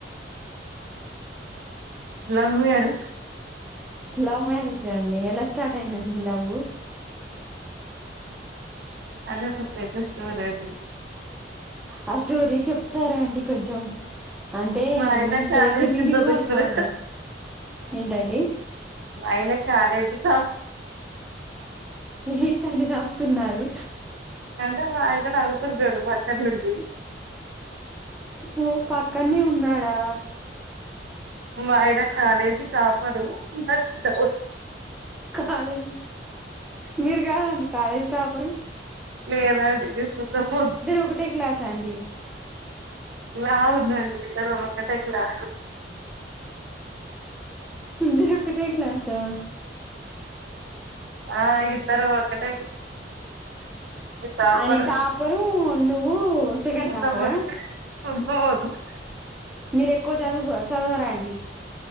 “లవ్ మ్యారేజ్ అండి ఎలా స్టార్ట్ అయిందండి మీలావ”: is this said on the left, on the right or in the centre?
Centre